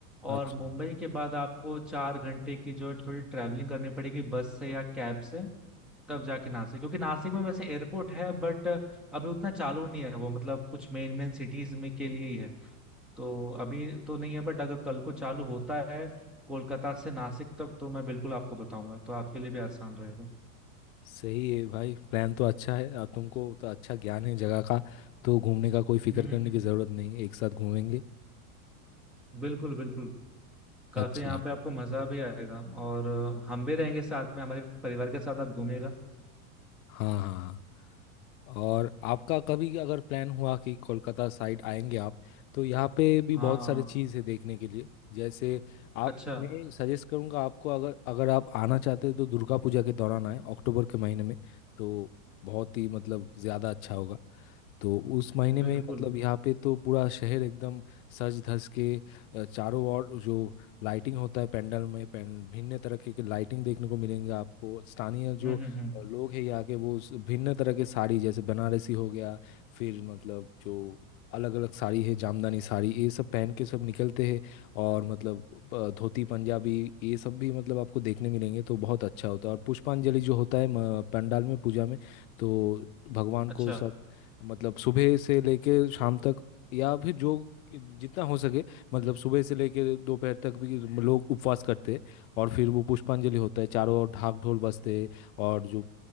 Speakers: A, in the centre; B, on the left.
A: और
B: अच्छा
A: मुंबई के बाद आपको चार घंटे की जो है थोड़ी ट्रैवलिंग करनी पड़ेगी बस से या कैब से तब जाके नासिक क्योंकि नासिक में वैसे एयरपोर्ट है बट अभी उतना चालू नहीं है वो मतलब कुछ मेन मेन सिटीज में के लिए ही है तो अभी तो नहीं है बट अगर कल को चालू होता है कोलकाता से नासिक तक तो मैं बिल्कुल आपको बताऊंगा तो आपके लिए भी आसान रहेगा
B: सही है भाई प्लान तो अच्छा है और तुमको तो अच्छा ज्ञान है जगह का तो घूमने का कोई फिक्र
A: हम्म हम्म,
B: करने
A: हम्म।
B: की ज़रूरत नहीं है, एक साथ घूमेंगे
A: बिल्कुल बिल्कुल काफी
B: अच्छा
A: यहाँ पे आपको मजा भी आएगा और अ, हम भी रहेंगे साथ में हमारे परिवार के साथ आप घूमेगा
B: हाँ हाँ और आपका कभी अगर प्लान हुआ कि कोलकाता साइड आएंगे आप तो यहाँ पे भी
A: हाँ
B: बहुत सारी चीज़ है देखने के लिए जैसे आप
A: अच्छा
B: मैं सजेस्ट करूँगा आपको अगर अगर आप आना चाहते हैं तो दुर्गा पूजा के दौरान आए अक्टूबर के महीने में तो बहुत ही मतलब ज़्यादा अच्छा होगा तो उस महीने में
A: बिल्कुल
B: मतलब यहाँ पे तो पूरा शहर एकदम सज धज के अ, चारों ओर जो लाइटिंग होता है पंडाल में पें भिन्न तरह के, के लाइटिंग देखने को मिलेंगे आपको स्थानीय जो
A: हम्म
B: अ,
A: हम्म हम्म
B: लोग हैं यहाँ के वो उस भिन्न तरह के साड़ी जैसे बनारसी हो गया फिर मतलब जो अलग अलग साड़ी है जामदानी साड़ी ये सब पहन के सब निकलते हैं और मतलब अ, धोती पंजाबी ये सब भी मतलब आपको देखने मिलेंगे तो बहुत अच्छा होता है और पुष्पांजलि जो होता है म- पंडाल में पूजा में तो भगवान
A: अच्छा
B: को सब मतलब सुबह से लेके शाम तक या फिर जो जितना हो सके मतलब सुबह से लेके दोपहर तक भी लोग उपवास करते हैं और फिर वो पुष्पांजलि होता है चारों ओर ढाक ढोल बजते हैं और जो अ,